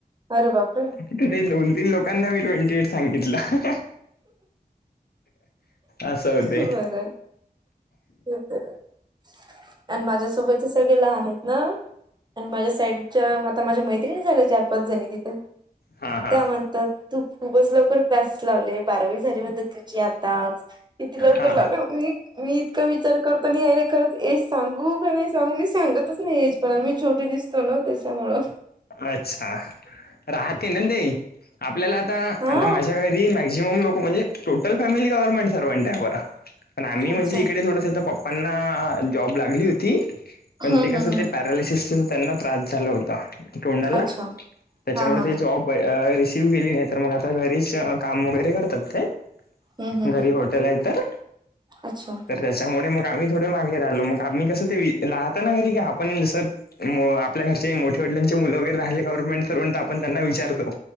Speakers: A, on the right (about 25°); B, on the left (about 75°).
A: अरे बापरे!
B: कीती रे दोन तीन लोकांना मी ट्वेंटी एट सांगितलं. अस होतय.
A: बरं <inaudible> आणि माझ्यासोबत चे सगळे लहान आहेत ना आणि माझ्या साईड च्या आता माझ्या मैत्रिणी झाल्या चार पाच जणी तिथे
B: हा हा
A: त्या म्हण तर तू खूपच लवकर कलास लावले बारावी झाली म्हणतात तुझी अताच. किती लवकर
B: हा
A: लावल मी मी इतका विचार कर पण यार हे खरच एज सांगू का नाही सांगू मी सांगतच नाही एज कोणाला मी छोटी दिसतो ना त्याच्यामुळ.
B: अच्छा राहते ना ते आपल्याला आता
A: हा
B: आता माझ्या घरी मॅग माझी पण लोक म्हणजे टोटल फॅमिली गव्हर्नमेंट सर्वंट आहे बरं पण आम्ही
A: अच्छा
B: म्हणजे इकडे थोडंसं आता पप्पा - त्यांना जॉब लागली होती पण
A: हम्म
B: ते कस
A: हम्म हम्म
B: ते पात प्रवेशासस त्यांना त्रास झाला होता तोंडाला
A: अच्छा
B: त्याच्यामुळ
A: हा हा
B: ते
A: हा
B: जॉब भई रिसीव्ह केली नाही तर मग आता घरीच काम वगैरे करतात काय.
A: हम्म हम्म
B: घरी
A: हम्म
B: हॉटेल आहे तर
A: अच्छा
B: तर त्याच्यामुळे मग आम्ही थोडे मागे राहत मग आम्ही कस ते राहता ना घरी क आपण जस आपल्या घरच्या मोठ्या वडलांचे ते मुल वगैरे राहीले गव्हर्मेंट सर्वंट आपण त्यांना विचारतो